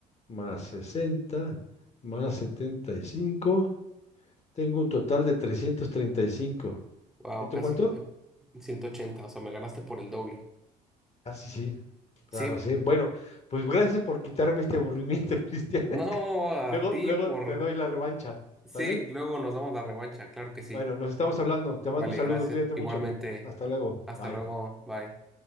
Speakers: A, on the left; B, in the centre.
A: más sesenta más setenta y cinco Tengo un total de trescientos treinta ¿Y cinco
B: wow,
A: y tú
B: casi
A: cuánto?
B: eh, ciento ochenta. o sea, me ganaste por el doble.
A: Ah, sí, sí, la
B: Sí,
A: arrasé. Bueno, pues gracias por quitarme este aburrimiento, <laughs> Cristian.
B: no, a
A: Luego,
B: ti
A: luego
B: por...
A: te doy la revancha,
B: Sí,
A: ¿sale?
B: luego nos damos la revancha, claro que sí.
A: Bueno, nos estamos hablando. Te mando
B: Vale,
A: un saludo,
B: gracias.
A: cuídate
B: Igualmente,
A: mucho. Hasta luego.
B: hasta
A: Bye.
B: luego, bye.